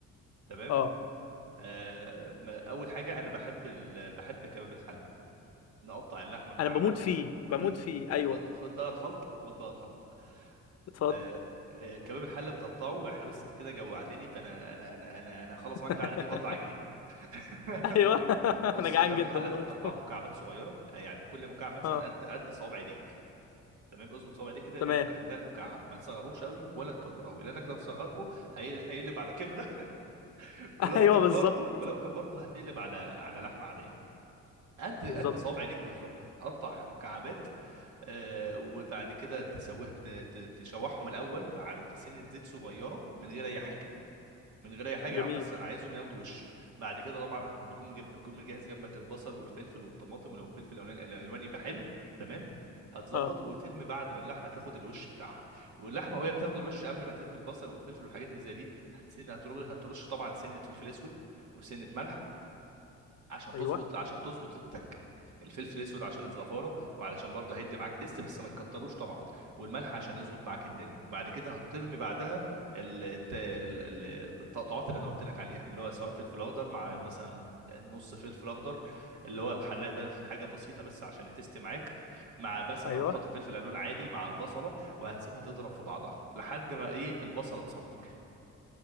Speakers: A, on the right; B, on the left.
A: تمام
B: اه
A: آه ما- اول حاجه انا بحب ال... بحب كباب الحله نقطع اللحمه مكعبات
B: انا بموت فيه بموت
A: بز...
B: فيه ايوه
A: خد خد بقى الخلطه خد بقى الخلطه
B: اتفضل
A: آه، آه، كباب الحله بتقطعه احنا بس كده جوعتني فانا انا انا انا انا هخلص معاك
B: <laughs>
A: القعده دي وهطلع اجري <laughs>
B: ايوه <laughs>
A: بص
B: انا جعان
A: كباب
B: جدا
A: الحله
B: برضه
A: بتقطعه مكعبات صغيره آه، يعني كل مكعب مثلا
B: اه
A: قد قد صوابع ايديك تمام اظبط صوابع ايديك كده
B: تمام
A: ده مكعب ده المكعب ما تصغروش قوي ولا تكبروه قوي، لانك لو صغرته هي- هيقلب على كبده <laughs> ولو
B: <laughs> ايوه
A: كبرته
B: بالظبط
A: ولو كبرته هتقلب على على لحمه عاديه قد قد
B: بالظبط
A: صوابع ايدك بالظبط قطع مكعبات آه، وبعد كده تسويها ت- ت- تشوحهم الاول على- في سنه زيت صغيره من غير اي حاجه من غير اي حاجه
B: جميل
A: بس انا عايزهم ياخدوا وش بعد كده طبعا هت- بتكون مجيب بتكون مجهز جنبك البصل والفلفل والطماطم ولو الفلفل الألوان- الالواني يبقى حلو تمام هتظبط
B: اه
A: وترمي بعد ما اللحمه تاخد الوش بتاعها واللحمه وهي بتاخد الوش قبل ما ترمي البصل والفلفل والحاجات اللي زي دي هتسن هترش هترش طبعا سنه فلفل اسود وسنه ملح عشان تظبط
B: ايوه
A: عشان تظبط التكه الفلفل الاسود عشان الزفاره وعلشان برضه هيدي معاك تيست بس ما تكتروش طبعا والملح عشان يظبط معاك الدنيا بعد كده هترمي بعدها ال- الت- ال- ال- التقطعات اللي انا قلت لك عليها اللي هو سواء فلفل اخضر مع مثلا نص فلفل اخضر اللي هو الحراق ده حاجه بسيطه بس عشان يتست معاك مع مثلا
B: ايوه
A: لو هتحط فلفل الوان عادي مع البصله وهتسيبها تضرب في بعضها لحد ما ايه البصله تصفر